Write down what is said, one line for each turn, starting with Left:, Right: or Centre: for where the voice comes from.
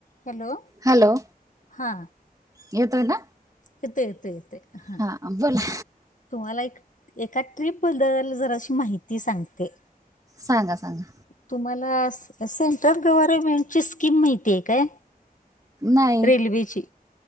Left: Hello
Right: hello
Left: हां
Right: येतोय ना
Left: येतोय येतोय हां
Right: हा बोला!
Left: तुम्हाला एक एका ट्रीप बद्दल जरा अशी माहिती सांगते.
Right: सांगा सांगा!
Left: तुम्हाला सेंट्रल गव्हर्मेंट ची स्कीम माहिती आहे काय?
Right: नाहीय.
Left: रेल्वेची